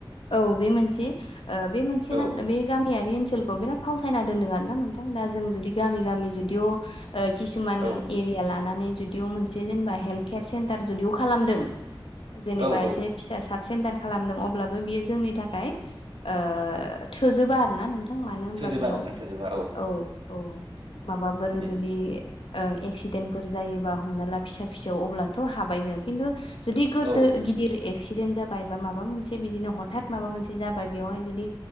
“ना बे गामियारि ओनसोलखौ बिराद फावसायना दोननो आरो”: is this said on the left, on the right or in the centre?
Left